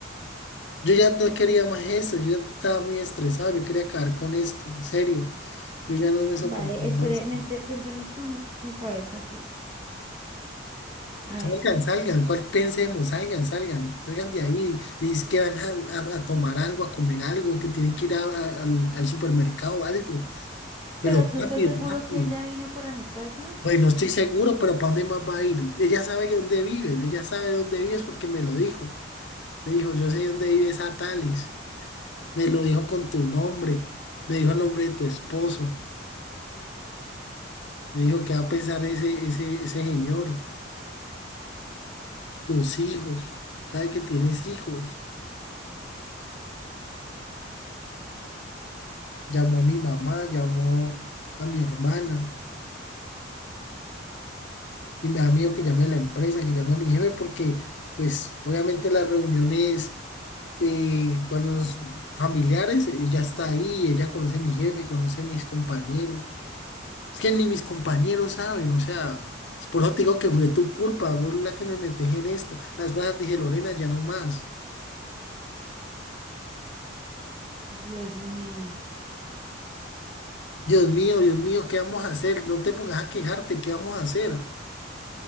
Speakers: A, on the left; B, on the right.
A: Yo ya no quería más esto, yo ya estaba muy estresado, yo quería acabar con esto, en serio, yo ya no me soportaba
B: Vale, espere,
A: esto.
B: mente- pensemos con, con cabeza fría. A
A: Salgan,
B: ver,
A: salgan, ¿cuál pensemos? Salgan, salgan, salgan de ahí. Dice que van a, a- a tomar algo, a comer algo, que tienen que ir a- a- al, al supermercado o algo, pero
B: ¿pero tú
A: rápido,
B: estás seguro
A: rápido.
B: que ella vino para mi casa?
A: Bueno, no estoy seguro, pero ¿para dónde más va a ir? Ella sabe que dónde vives, ella sabe dónde vives porque me lo dijo. Me dijo, yo sé dónde vives a Tales, me lo dijo con tu nombre, me dijo el nombre de tu esposo. Le digo, ¿qué va a pensar ese, ese, ese señor? Tus hijos, ¿sabe que tienes hijos? Llamó a mi mamá, llamó a mi hermana y me da miedo que llame a la empresa, que llame a mi jefe, porque pues obviamente las reuniones eh, cuando los familiares, ella está ahí, ella conoce a mi jefe, conoce a mis compañeros. Es que ni mis compañeros saben, o sea, es por eso te digo que fue tu culpa, vos la que me metes en esto. Las cosas dije, Lorena, ya no más.
B: Dios mío,
A: Dios mío, Dios mío, ¿qué vamos a hacer? No te pongas a quejarte, ¿qué vamos a hacer?